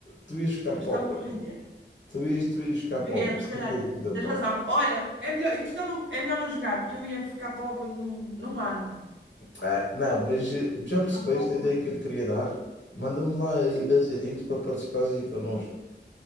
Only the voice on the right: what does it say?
Já
estavam a render.
Eu Ia, se calhar
ia.
Tens razão. Olha, é melhor, então não, é melhor não jogar, porque eu ia ficar pobre num, num ano.
Ficar pobre
num ano.
Sim,